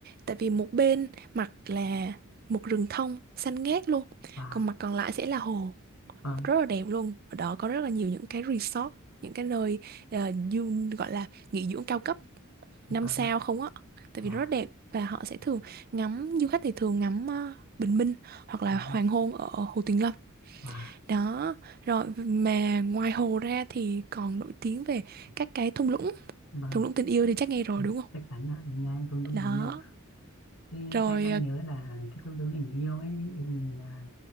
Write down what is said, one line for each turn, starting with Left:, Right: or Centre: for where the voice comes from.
Right: tại vì một bên mặt là một rừng thông xanh ngát luôn
Left: và
Right: còn mặt còn lại sẽ là hồ
Left: vâng
Right: rất là đẹp luôn ở đó có rất là nhiều những cái resort những cái nơi ờ, du gọi là nghỉ dưỡng cao cấp
Left: vâng
Right: năm sao
Left: ạ
Right: không á tại
Left: và
Right: vì nó rất đẹp và họ sẽ thường ngắm du khách thì thường ngắm ờ, bình minh hoặc là
Left: ừ,
Right: hoàng hôn ở Hồ Tuyền Lâm
Left: và
Right: đó rồi mà ngoài hồ ra thì còn nổi tiếng về các cái thung lũng
Left: vâng
Right: thung lũng tình yêu thì chắc nghe rồi
Left: anh
Right: đúng không
Left: chắc chắn ạ là nghe em cũng đúng
Right: đó
Left: tình yêu Cái,
Right: rồi
Left: em, em
Right: ờ,
Left: nhớ là cái công đối tình yêu ấy em, à,